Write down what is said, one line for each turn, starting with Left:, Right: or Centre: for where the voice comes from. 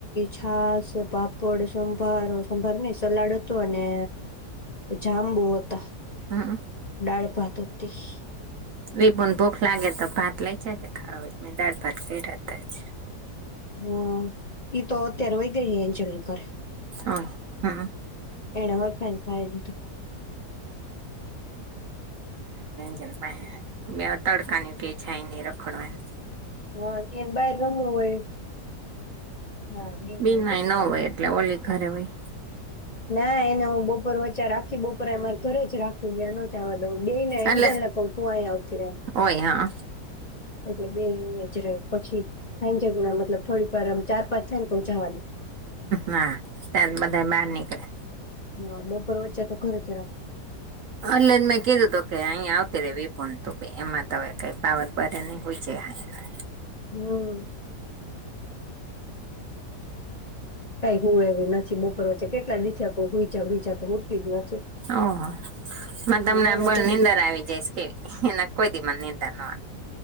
Left: છાસ, પાપડ. સંભારો, સંભારો નઈ સલાડ હતું. તો અને જાંબુ હતા.
Right: હઅં.
Left: ડાળ ભાત. <unintelligible>
Right: વિભુ ને ભૂખ લાગે તો ભાત લઈ જાજે, ખાવા હોય તો મેં દાળ ભાત કયરા તા આજ.
Left: હા ઈ તો અત્યારે વય ગઈ હે એન્જલની ઘરે.
Right: ઓય. હઅં.
Left: એને હરખાયનું ખાય લીધું.
Right: જલ પાહે. બે એવા તડકા ની ક્યાય જાય નઈ રખડવા ને એ.
Left: હા એને બાર રમવું હોય. હા બીના
Right: બિનાય
Left: આંટી રમે.
Right: ન હોય એટલે ઓલી. ઘરે હોય.
Left: ના એને હું બપોર વચ્ચારે, આખી બપોર એને અઇયા મારી ઘરે જ રાખું, ન્યાં નો જવા દવ. ક્વ. બેય ને
Right: એટલે
Left: એંજલ ને ક્વ તું અઇયા આવતી રે.
Right: હોય હા
Left: એટલે બેય અઇયા જ રય પછી, હાંજેક ના મતલબ થોડી વાર આમ ચાર પાંચ થાય ને તો જવા દવ.
Right: હા ત્યારે તો બધા બહાર નીકળે.
Left: હા બપોર વચ્ચે તો ઘરે જ રાખું. <inaudible>
Right: એટલે તો મે કીધું તો કે અહીંયા આવતી રે વિભૂ ને તું બેય. અમારે તો હવે કાંઈ પાવર બરે નહી, હુઈ જાય અઇયા.
Left: હમ. કઈ હુવે એવી નથી. બપોર વચ્ચે કેટલા દિ થયા ક્વ હુઈ જા હુઈ જા તો હુતી જ નથી.
Right: ઓહો મને તો
Left: નાના
Right: હમણાં
Left: છોકરા
Right: નીંદર આવી જાય છે કેવી. નકર મને તો કોઈદી નીંદર <inaudible>